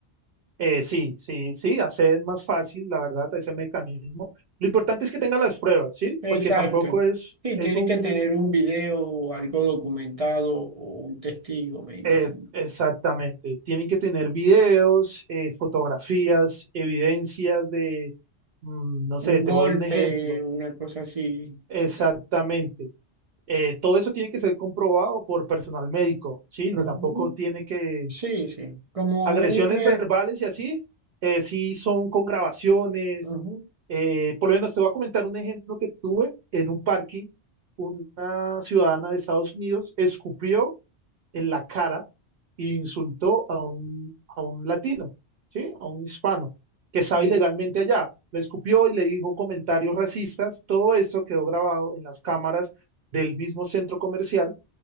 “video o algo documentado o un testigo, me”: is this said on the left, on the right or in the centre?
Right